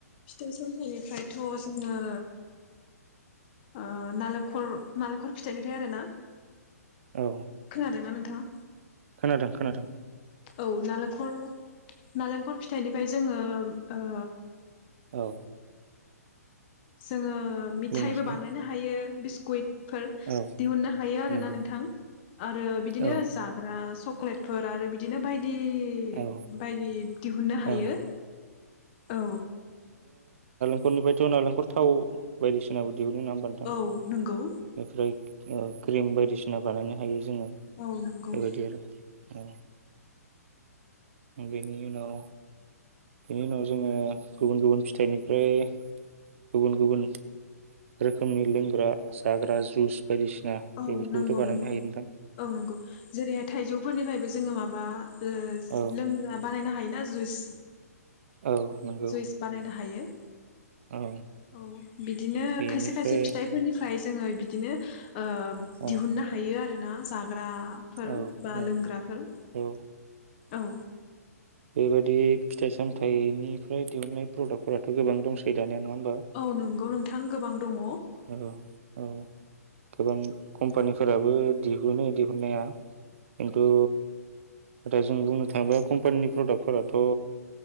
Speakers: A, on the left; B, on the right.
A: फिथाइ सामथाइनिफ्रायथ' जोङो ओ नालेंखर नालेंखर फिथाइनिफ्राय आरो ना
B: औ
A: खोनादोंना नों थाङा?
B: खोनादों खोनादों
A: औ नालेंखर नालेंखर फिथाइनिफ्राय जोङो ओ
B: औ।
A: जोङो ओ मिथाइबो
B: बुंनोसै
A: बानायनो हायो, बिस कुइड फोर
B: औ
A: दिहुननो हायो आरोना
B: नंगौ
A: नोंथां आरो बिदिनो
B: औ
A: जाग्रा स क्लेटफोर आरो बिदिनो बाय दि
B: औ
A: बायदि दिहुननो हायो।
B: औ
A: औ।
B: खरनिफ्रायथ' नालेंखर थाव बायदिसिनाबो दिहुनो नङा होनबा नोंथां?
A: औ नंगौ
B: बेनिफ्राय ओ क्रिम बायदिसिना बानायनो हायो जोङो
A: औ नंगौ
B: बेबायदि आरो। औ। बेनि उनाव बेनि उनाव जोङो गुबुन गुबुन फिथाइनिफ्राय गुबुन गुबुन रोखोमनि लोंग्रा जाग्रा जुस बायदिसिना
A: औ
B: बेफोरखौबोथ'
A: नंगौ
B: बानायनो
A: नंगौ
B: हायो नोंथां
A: औ नंगौ जेरैहाय थाइजौफोरनिफ्रायबो जोङो माबा ओ जुस
B: औ
A: लोंग्रा बानायनो हायो ना जुइच
B: औ नंगौ
A: जुइस बानायनो हायो।
B: औ
A: औ बिदिनो
B: बेनिफ्राय
A: खायसे खायसे फिथाइफोरनिफ्राय जोङो बिदिनो ओ
B: औ
A: दिहुननो हायो आ रो ना जाग राफोर
B: औ
A: बा
B: औ
A: लोंग्राफोर
B: औ
A: औ
B: बेबायादि फिथाइ सामथाइनिफ्राय दिहुननाय प्रडाक्टफोराथ' गोबां दंसै दानिया नङा होम
A: औ नंगौ नोंथां गोबां दङ।
B: औ औ गोबां कम्पानिफोराबो दिहुनो दिहुननाया। खिन्थु दा जों बुंनो थाङोबा कम्पानिनि प्रडाक्फोराथ' ओ